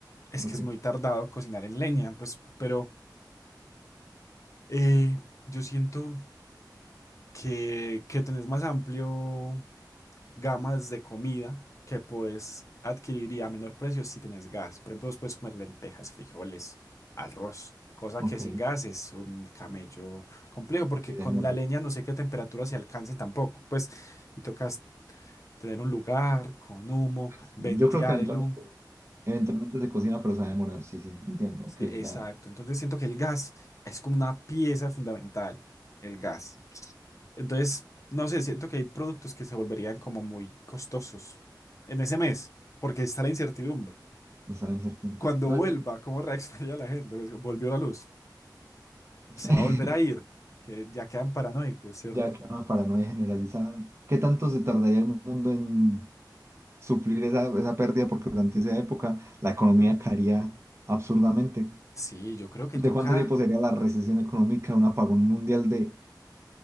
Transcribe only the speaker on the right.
Ok,
ok,
sí,
se va
a demorar.
Pues,
yo creo que eventualmente,
eventualmente se cocina, pero se va a demorar, sí, sí, entiendo. Ok,
ya,
está la incertidumbre.
No,
yo...
<laughs>
Ya que una paranoia generalizada. ¿Qué tanto se tardaría el mundo en suplir esa, esa pérdida? Porque durante esa época la economía caería absurdamente.
¿De
cuánto tiempo sería la recesión económica, un apagón mundial de